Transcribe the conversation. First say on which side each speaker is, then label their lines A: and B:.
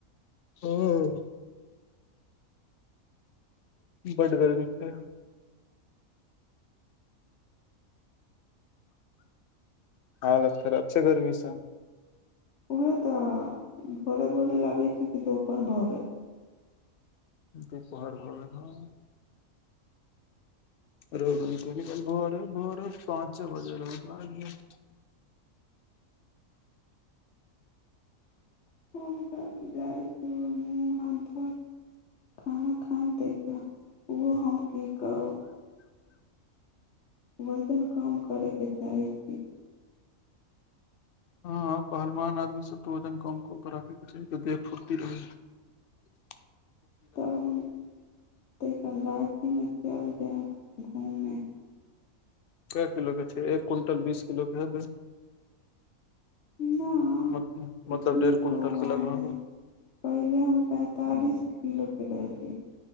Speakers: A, on the left; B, on the left.
A: हां बड गर्मी छै हालत खराब छैक गर्मी सँ
B: उएह तऽ भोरे भोरे लगैत छै कि दुपहर भऽ गेल
A: दुपहर भर गेल ने रौद निकल के भोरे भोरे पाँच छओ बजे रह <inaudible>
B: त जाइ मु हाथ खाना खाय देख ओहो हम कि करी वजन कम करय केँ चाहैत छी
A: हँ पहलवान आदमी सबकेँ वजन कम क केँ को रखेय केँ चाही ताकी फुरती रहय छैक <inaudible>
B: तब हम त गायती मे चल जायब घूमेमे <unintelligible>
A: कए किलोकेँ छै एक क्विंटल बीस किलोकेँ हेबय
B: ना
A: मत
B: की
A: मतलब डेढ़ कुिणटल
B: कहू
A: के
B: अहाँसँ
A: लगभग में
B: पहिले हम पैतालिस किलो केँ रहली